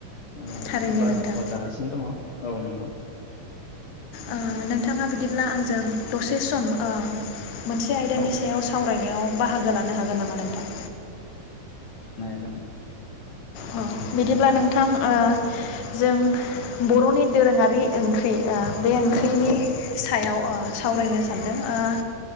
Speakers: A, on the left; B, on the left.
A: ओ
B: थारैनो
A: बारहावा
B: नोंथां
A: जागासिनो दङ औ नंगौ
B: ओ नोंथाङा बिदिब्ला आंजों दसे सम ओ मोनसे आयदानि
A: औ
B: सायाव सावरायनायाव बाहागो लानो हागोन नामा नोंथां
A: जोनो
B: ओ बिदिब्ला नोंथां ओ जों बरनि दोरोङारि ओंख्रि ओ बे ओंख्रिनि
A: औ औ
B: सायाव अ सावरायनो सानदों ओ‌